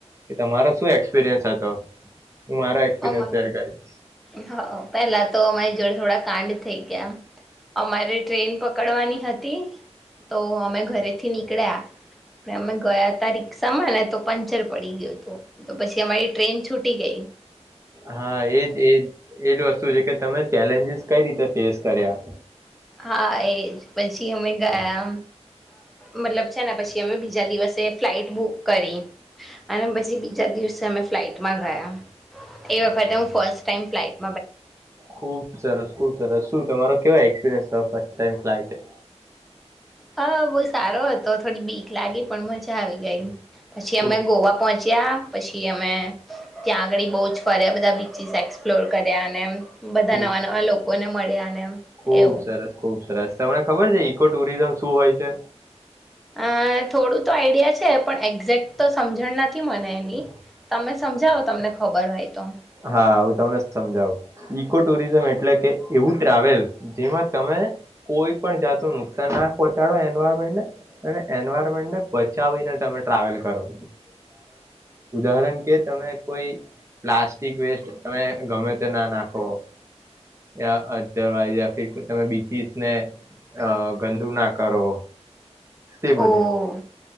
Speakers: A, on the right; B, in the centre.
A: કે તમારો શું એક્સપિરિયન્સ હતો. હું મારો એક્સપિરિયન્સ
B: અમાર
A: શેર કરીશ
B: હ પેલા તો અમારી જોડે થોડ થ કાંડ થઈ ગયા અમારે ટ્રેન પકડવાની હતી તો અમે ઘરેથી નીકળ્યા પણ અમે ગયા હતા રિક્ષામાં ને તો પંચર પડી ગયું હતું તો પછી અમારી ટ્રેન છૂટ ટી ગઈ.
A: હા એજ એ એજ વસ્તુ છે કે તમે ચેલેન્જીસ કઈ રીતે ફેસ કર્યા.
B: હા એ પછી અમે ગયા મતલબ છે, ને પછી અમે બીજા દિવસે ફ્લાઇટ બુક કરી અને પછી બીજા દિવસે અમે ફ્લાઈટમાં ગયા એ વખતે હું ફર્સ્ટ ટાઈમ ફ્લાઇટ
A: ખુબ સરસ ખુબ સરસ શું તમારા કેવા એક્સપીરિયન્સ રહો ફર્સ્ટ ટાઈમ ફ્લાઇટ
B: હ બહુ સારો હતો થોડી બીક લાગી પણ મ. ચાલ જાઈ. આવી ગઈ પછી
A: ખૂબ
B: અમે ગોવા પહોંચ્યા પછી અમે ત્યાં આળી બહુ જ ફર્યા બધા બીચિસ એક્સપ્લોર કર્યા અને એમ. બધા
A: ખૂબ
B: નવા નવા
A: સરસ
B: લોકો ને મળ્યા અને
A: ખૂબ
B: એવું.
A: સરસ ખૂબ સરસ તમને ખબર છે ઇકો ટુરિઝમ શું હોય છે.
B: અ થોડું તો આઈડિયા છે પણ એક્ઝેક્ટ તો સમજણ નથી. મને એની તમે સમજાવો તમને ખબર હોય તો
A: હા હું તમને સમજાવું ઈકો ટુરિઝમ એટલે કે એવું ટ્રાવેલ જેમાં તમે કોઈ પણ જાતનું નુકસાન ના પહોંચાડો એન્વાયરમેન્ટને અને એનવાયરમેન્ટને બચાવીને તમે ટ્રાવેલ કરો ઉદાહરણ કે તમે કોઈ પ્લાસ્ટ ટિક વેસ્ટ તમે ગમે તે ના નાખો અવા તમે બીચસ ને ગંદુ ના કરો. તે બધું
B: ઓહ